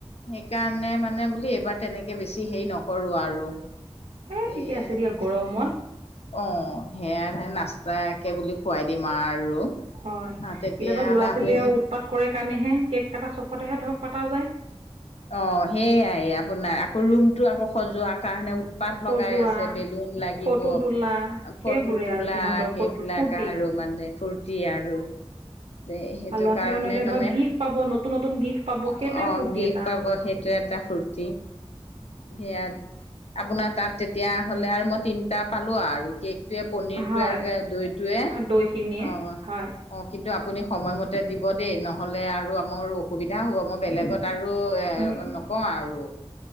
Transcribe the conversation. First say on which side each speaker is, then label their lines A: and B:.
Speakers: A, on the left; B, on the right.
A: সেইকাৰণে মানে বুলি এইবাৰ তেনেকে বেছি হেৰি নকৰো আৰু।
B: এ ঠিকে
A: এইয়াত
B: আছে দিয়ক গৰমত।
A: অ', সেয়া নে নাস্তা একে বুলি খোৱাই দিম আৰু।
B: হয়
A: অ' তেতিয়াহ'লে
B: এতিয়া ধৰক ল'ৰা ছোৱালীয়ে
A: আপুনি
B: আৰু উৎপাত কৰে কাৰণেহে কেক কটা চখতেহে ধৰক পাতা যায়
A: অ সেইয়াই আপোনাৰ আকৌ ৰুমটো আকৌ সজোৱাৰ কাৰণে উৎ পাত লগাই
B: সজোৱা
A: আছে বেলুন লাগিব
B: ফটো তোলা
A: ফটো
B: সেইবোৰে
A: তোলা
B: আৰু সিহঁতৰ
A: সেইবিলাক
B: ফটো ফূৰ্তি
A: আৰু মানে ফূৰ্তি আৰু সেইটো
B: আৰু ল'ৰা
A: কাৰণে
B: ছোৱালী মানকে
A: মানে
B: ধৰক গিফ্ট পাব নতুন নতুন গিফ্ট পাব সেইটোৱে
A: অ অঁ
B: ফূৰ্তি
A: গিফ্ট
B: এটা
A: পাব সেইটো এটা ফূৰ্তি সেয়া আপোনাৰ তাত তেতিয়া হ'লে আৰু মই তিনটা পালো আৰু কেক টোৱে পনিৰটোৱে
B: হয়
A: আৰু দৈ টোৱে
B: দৈখিনিয়ে
A: অ
B: হয়
A: অ কিন্তু আপুনি সময়মতে দিব দেই নহলে আৰু আ মোৰ অসুবিধা হ'ব মই বেলেগত আৰু এ
B: উম, উম।
A: নকওঁ আৰু